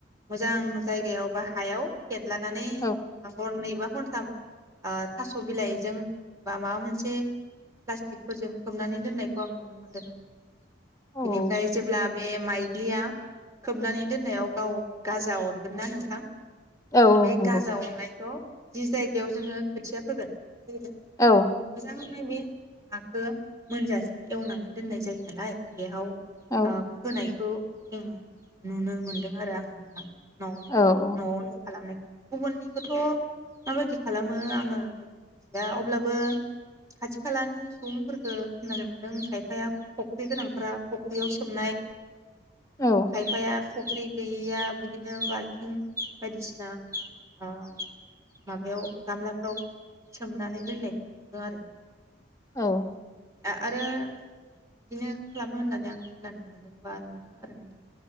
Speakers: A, on the right (about 20°); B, on the left (about 20°).
A: मोजां जायगायाव बा हायाव। फेनलानानै
B: औ
A: हरनै। बा हरथाम थास बिलाइजों। बा माबा मोनसे प्लास्टिकफोरजों खोबनानै दोननायखौ आं नुनो मोनदों नोंथां
B: औ
A: बिनिफ्राय जेब्ला बे माइज्लिया खोबनानै दोननायाव गाव गाजा अरगोनना नोंथां।
B: औ औ
A: बे
B: नंगौ
A: गाजा अरनायखौ। जि जायगायाव जोङो खोथिया फोगोन। मोजां।
B: औ
A: बे हाखौ मोनजासिम एवनानै दोननाय जायो नालाय बेयाव।
B: औ
A: आ फोनाय। बे खौ जोङो नुनो मोनदों आरो आङो नोंथां। न'
B: औ
A: न'आवनो खालामनायखौ। गुबुननिखौथ माबायदि खालामो आङो मिथिया अब्लाबो। बो खाथि खालानि सुबुंफोरफोरखौ खोनानो मोनदों खायफाया फुख्रि गोनांफोरा फख्रियाव सोमनाय।
B: औ
A: खायफाया फख्रि गैयैया बिदिनो बाल्थिं बायदिसिना ओ माबायाव गामलाफ्राव सोमनानै दोननायखौ नुदों आरो।
B: औ।
A: आरो बिदिनो खालामो होननानै आं खोनानो मोनदोंबा नु। आरो नोंथां।